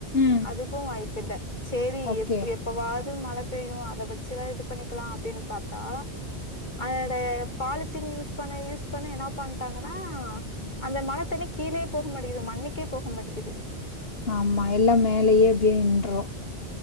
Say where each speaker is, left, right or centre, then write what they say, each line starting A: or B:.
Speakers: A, on the left; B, on the left.
A: ம்
B: அதுக்கு வாய்ப்பில்ல சேரி
A: ஓகே
B: எப் எப்பவா து மழ பெய்யு அத வெச்சுதா இது பண்ணிக்கலா அப்டின்னு பாத்தா அதோட பாலுத்தீன் யூஸ் பண்ண யூஸ் பண்ண என்ன பண்ணிட்டாங்கன்னா அந்த மழ தண்ணி கீழே போக மாடிங்குது ம அன்னைக்கே போக மாட்டேங்கிது
A: ஆமா எல்லா மேலேயே அப்டியே நின்றோ